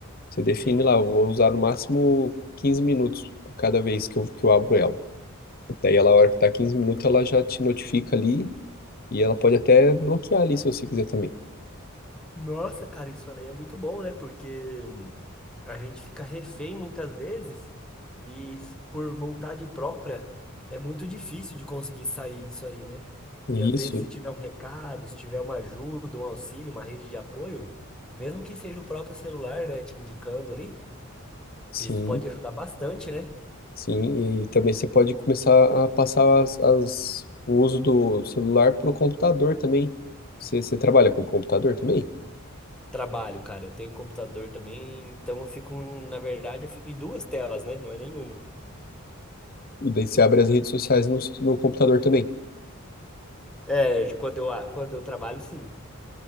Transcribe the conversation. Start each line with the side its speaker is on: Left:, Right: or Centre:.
Left: Você define
Centre: Sim.
Left: lá, eu vou usar no máximo 15 minutos a cada vez que eu, que eu abro ela. Daí ela, a hora que tá 15 minutos, ela já te notifica ali e ela pode até bloquear ali se você quiser também.
Centre: Nossa, cara, isso aí é muito bom, né? Porque a gente fica refém muitas vezes e por vontade própria é muito difícil de conseguir sair disso aí, né?
Left: Isso,
Centre: E às vezes se tiver um recado, se tiver uma ajuda, um auxílio, uma rede de apoio, mesmo que seja o próprio celular, né, te indicando ali,
Left: sim,
Centre: isso pode ajudar bastante, né?
Left: sim. E também você pode começar a passar as, as- o uso do celular para o computador também. Você, você trabalha com computador também?
Centre: Trabalho, cara, eu tenho computador também, então eu fico, na verdade, eu fico em duas telas, né? Não é nenhuma.
Left: E daí você abre as redes sociais no, no computador também.
Centre: É, quando eu, quando eu trabalho, sim.